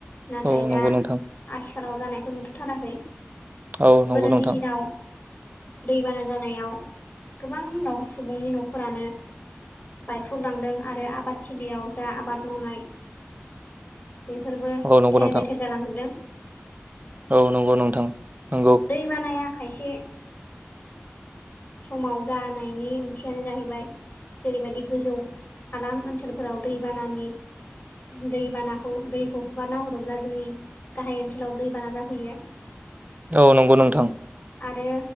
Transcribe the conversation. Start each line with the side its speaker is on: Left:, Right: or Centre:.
Left: नाथाय
Right: औ
Left: दा
Right: नंगौ नोंथां
Left: आथिखालाव जानायखौ नुथ'थाराखै
Right: औ नंगौ
Left: गोदोनि
Right: नोंथां
Left: दिनाव दैबाना जानायाव गोबां सुबुंनि न'खरानो बायख्राव दांदों आरो आबाद थिलियाव जा आबाद मावनाय बेफोरबो
Right: औ नंगौ
Left: थेर
Right: नोंथां
Left: बेथेर जालांजोबदों।
Right: औ नंगौ नोंथां नंगौ
Left: दैै बानाया खायसे समाव जानायनि ओंथियानो जाहैबाय जेरैबायदि गोजौ हालाम ओनसोलफोराव दैबानानि दैबानाखौ दैखौ हगारना हरोब्ला जोंनि गाहाय ओनसोलाव दैबाना जाफैयो
Right: औ नंगौ नोंथां
Left: आरो